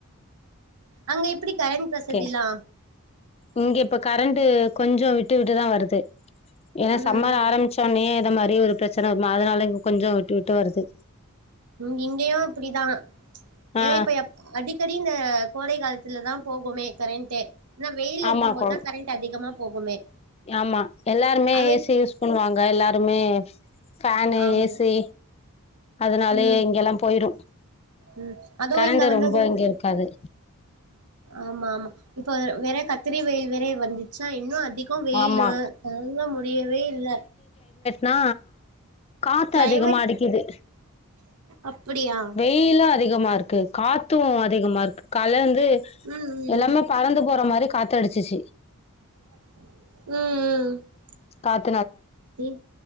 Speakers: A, on the right; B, on the left.
A: அங்க எப்டி கரண்ட் வசதிலா
B: ஓகே இங்க இப்ப கரண்டு கொஞ்சோ விட்டு விட்டுதா வருது ஏனா
A: ம்
B: சம்மர் ஆரம்பிச்சோன்னே இதமா <unintelligible> ஒரு பிரச்சன வருமா அதனால இங்க கொஞ்சோ விட்டு விட்டு வருது
A: இங் இங்கயு அப்டிதா
B: ஆ
A: ஏ இப்ப அடி அடிக்கடி இங்க கோடை காலத்துல தா போகுமே கரண்ட்டே ஏனா வெயில்
B: ஆமாக்கோ
A: இருக்கும்போதா கரண்ட் அதிகமா போகுமே
B: ஆமா எல்லாருமே
A: அவை
B: ஏசி யூஸ் பண்ணுவாங்க எல்லாருமே ஃபேனு
A: ஆமா
B: ஏசி அதனாலே
A: ம்
B: இங்க எல்லா போயிரு
A: ம் அதுவு
B: கரண்டு
A: இங்க வந்து
B: ரொம்ப
A: அது
B: இங்க இருக்காது
A: ஆமா ஆமா இப்ப வே வேற கத்திரி வெயில் வேற வந்துச்சா இன்னும் அ அதிகோ வெயிலு
B: ஆமா
A: தாங்க முடியவே இல்ல
B: நா காத்து
A: கிளைமேட்
B: அதிகமா அடிக்கிது
A: அப்படியா
B: வெயிலு அதிகமா இருக்கு காத்து அதிகமா இருக்கு கலந்து
A: ம் ம்
B: எல்லாமே பறந்து போற மாரி காத்து அடிச் சிச்சி
A: ம் ம்
B: காத்
A: இங்